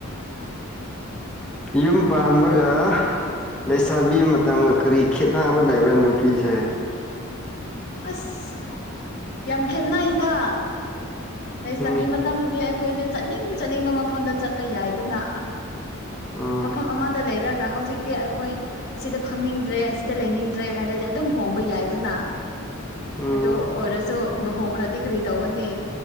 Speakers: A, in the centre; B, on the left (about 50°).
A: ꯌꯨꯝ ꯄꯥꯟꯕꯒ ꯂꯩꯁꯥꯕꯤ ꯃꯇꯝꯒ ꯀꯔꯤ ꯈꯦꯠꯅꯕ ꯑꯃ ꯂꯩꯕ꯭ꯔꯥ ꯅꯨꯄꯤꯁꯦ
B: ꯑꯁ ꯌꯥꯝ ꯈꯦꯠꯅꯩꯗ ꯂꯩꯁꯥꯕꯤ
A: ꯎꯝ
B: ꯃꯇꯝꯗꯗꯤ ꯑꯩꯈꯣꯏꯗꯤ ꯆꯠꯅꯤꯡ ꯆꯠꯅꯤꯡꯕ ꯃꯐꯝꯗ ꯆꯠꯄ ꯌꯥꯏꯗꯅ
A: ꯎꯝ
B: ꯃꯐꯝ ꯑꯃꯗ ꯂꯩꯔꯒ ꯍꯧꯖꯤꯛꯇꯤ ꯑꯩꯈꯣꯏ ꯑꯁꯤꯗ ꯐꯝꯅꯤꯡꯗ꯭ꯔꯦ ꯑꯁꯤꯗ ꯂꯩꯅꯤꯡꯗ꯭ꯔꯦ ꯍꯥꯏꯔꯗꯤ ꯑꯗꯨꯝ ꯍꯣꯡꯕ ꯌꯥꯏꯗꯅ
A: ꯎꯝ
B: ꯑꯗꯨꯑꯣꯏꯔꯁꯨ ꯂꯨꯍꯣꯡꯈꯥꯔꯗꯤ ꯀꯩꯗꯧꯅꯤ